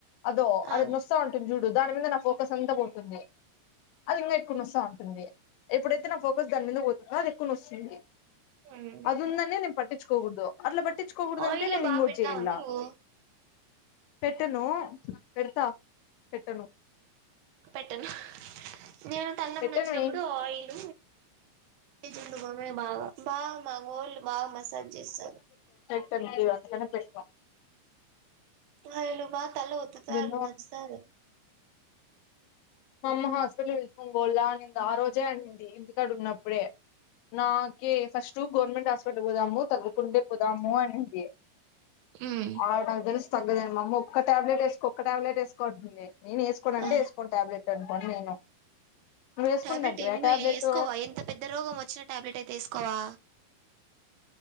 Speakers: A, on the left (about 80°); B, on the right (about 85°).
A: అదో
B: ఆ
A: అది నొస్తవుంటుంది చూడు ప్పు దాని మీద నా ఫోకస్ అంతా పోతుంది అది ఇంకా ఎక్కువన నొస్త ఉంటుంది ఎప్పుడైతే నా ఫోకస్ దాని మీద పోతుందో అది ఎక్కువన నొస్తుంది
B: మ్
A: అద ఉందన్న నేను పట్టికోకూడదు అట్లా పట్టించుకోకూడదుంటే
B: ఆయిల్
A: నేను
B: బాగా
A: ఇంకోటి
B: పెడతావా
A: చేయలా
B: నువ్వు
A: పెట్టను పెడతా పెట్టను
B: పెట్టను నేను తల్లనొప్పి
A: పెట్టనువే
B: వచ్చినప్పుడు ఆయిల్ జండు బామ్ బాగా మావాళ్ళు బా మసాజ్ చేస్తారు
A: అ పెట్ <inaudible>
B: <inaudible> తల ఒత్తుతారు
A: నేను
B: నచ్చుతుంది
A: మా అమ్మ హాస్పిటల్ తిస్కొని పోవాలా అనింది ఆ రోజే అనింది ఇక్కడ ఉన్నప్పుడే నాకే ఫస్ట్ గవర్నమెంట్ హాస్పిటల్ పోదాము తగ్గుకుంటే పోదాము అనింది
B: మ్
A: ఆ తెలు తగ్గదం మ అమ్మ ఒక టాబ్లెట్ వేసుకో ఒక టాబ్లెట్ వేసుకోండి నేను వేసుకోనంటే
B: ఆ
A: వేసుకోను టాబ్లెట్ నేను <inaudible> వేసుకుందంటివా
B: టాబ్లెట్ ఏమ
A: టాబ్లెట్
B: వేసుకోవా ఎంత పెద్ద రోగం వచ్చిన టాబ్లెట్ అయితే వేసుకోవా